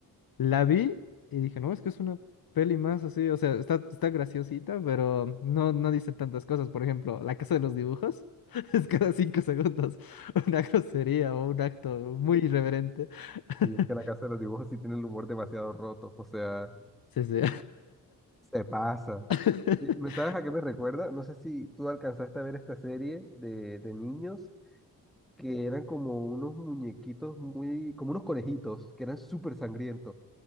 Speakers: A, on the left; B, in the centre.
A: La vi y dije, no, es que es una peli más así, o sea, está, está graciosita, pero no, no dice tantas cosas. Por ejemplo, La Casa de los Dibujos <laughs> es cada cinco segundos <laughs> una grosería o un acto muy irreverente. <laughs>
B: Y es que la Casa de los Dibujos sí tiene el humor demasiado roto, o sea,
A: Sí, sí.
B: se pasa.
A: <laughs>
B: Y, ¿Me sabes a qué me recuerda? No sé si tú alcanzaste a ver esta serie de, de niños que eran como unos muñequitos muy, como unos conejitos, que eran súper sangrientos.